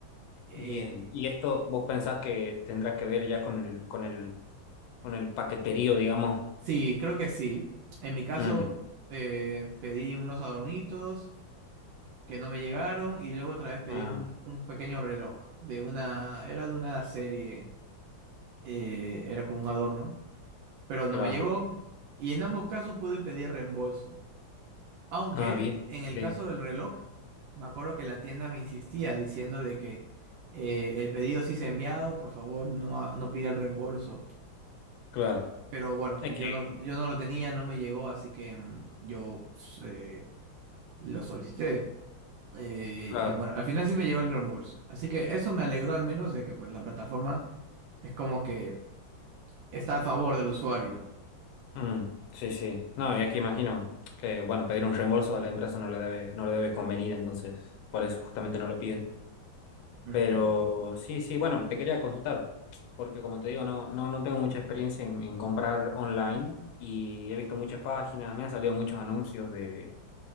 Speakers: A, on the right; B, on the left.
A: Eh,
B: Bien. ¿Y esto vos pensás que tendrá que ver ya con el, con el, con el paqueterío, digamos?
A: sí, creo que sí. En mi caso,
B: Mm.
A: eh, pedí unos adornitos que no me llegaron y luego otra vez pedí
B: Ah,
A: un, un pequeño reloj de una, era de una serie, eh, era como un adorno, pero
B: claro.
A: no me llegó y en ambos casos pude pedir reembolso. Aunque
B: Ah, bien.
A: en el
B: Ok.
A: caso del reloj, me acuerdo que la tienda me insistía diciendo de que eh, el pedido sí se ha enviado, por favor, no, ha- no pida el reembolso.
B: Claro.
A: Pero bueno,
B: Es
A: yo
B: que,
A: no, yo no lo tenía, no me llegó, así que mm, yo pues, eh, lo solicité. Eh,
B: claro.
A: y bueno, al final sí me llegó el reembolso. Así que eso me alegró al menos de que pues la plataforma es como que está a favor del usuario.
B: Mm. Sí, sí. No, y es que imagino que, bueno, pedir un reembolso a la empresa no le debe, no le debe convenir, entonces, por eso justamente no lo piden.
A: Ujú.
B: Pero sí, sí, bueno, te quería consultar, porque como te digo, no, no, no tengo mucha experiencia en, en comprar online y he visto muchas páginas, me han salido muchos anuncios de,